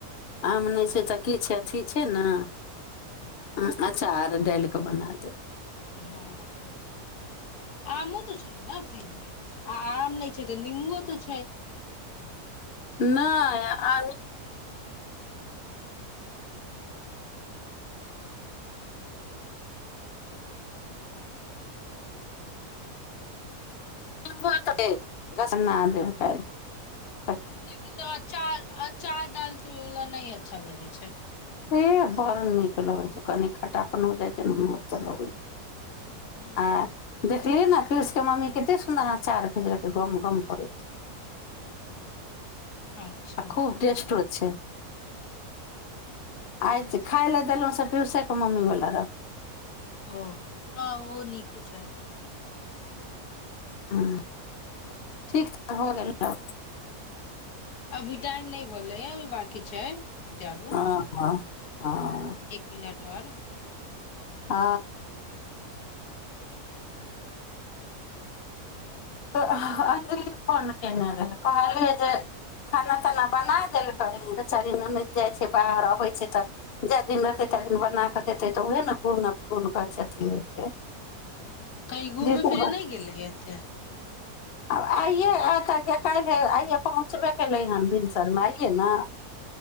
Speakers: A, on the left; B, on the left.
A: आम नहि छै तऽ की छै अथी छै न ह
B: कथी
A: अच्छा डालिकऽ बना देब
B: हँ आमो तो छै ने फ्रिज मे आ आम नहि छै तऽ निम्बुओ तऽ छै
A: नहि अ ब घस न देब क
B: लेकिन अंचार अंचार डाल ऐलए नहि अच्छा लगय छै
A: हे बड़ नीक लगैत छै कनि खटापने हो जाइत छै ने तऽ नीक त' लगैत छै
B: हूँ हूँ
A: आ देख देखलियै ने कृषकें मम्मी कते सुन्दर अचार भेजलकै गम गम करय छै
B: अच्छा
A: आ खूब टेस्टो अच्छा
B: हूँ
A: आंय जे खााय लए देलहुँं सब पियूसेकें मम्मी वला रहय
B: ओ हं ओहो नीके छै
A: ह ठीक छै हो गेलय बा
B: अभी टाइम नहि भेलय अभी बांकी छै जाबू
A: आ आ आ अ
B: एक मिनट आओर
A: आ अ फोन केने रहय कहलियै जे खाना ताना बना देल
B: हूँ
A: करहि बच्चाकें उनहु जाइ छै बाहर अबै छै तऽ जा जे एतै तकरे बनाक देतै। तऽ उह ने कोन कोन कहय छै ठी होइ छै
B: हूं कही घूमे
A: दीदी
B: फिरे नहि गेले हेतए
A: आब आइये आयत काल्हि आइयए पहुँचबे कयलै हन भिनसरमे आइयए ने